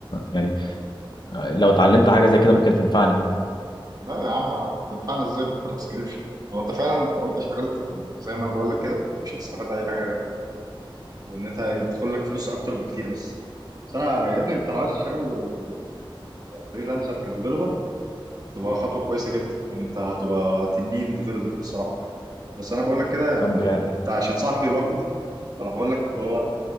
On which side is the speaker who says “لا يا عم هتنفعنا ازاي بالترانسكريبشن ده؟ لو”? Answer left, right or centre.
Right